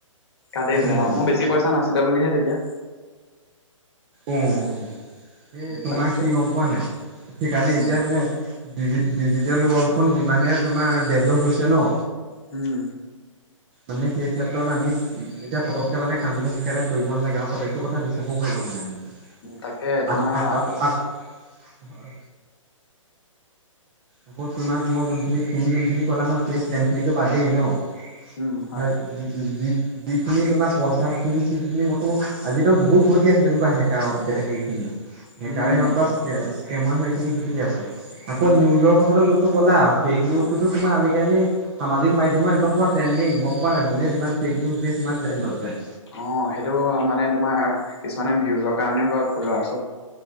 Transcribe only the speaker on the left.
কাটি
দিলে অ',
মোৰ বেছি পইচা নাচিলে বুলিহে তেতিয়া।
তাকে
উম,
উম।
তাকে তোমাৰ
অ',
উম,
হয়,
উম, উম,
হয়,
উম,
অ',
অ', সেইটো মানে তোমাৰ কিছুমানে ভিউজৰ কাৰণেও কৰে ফলোৱাৰছ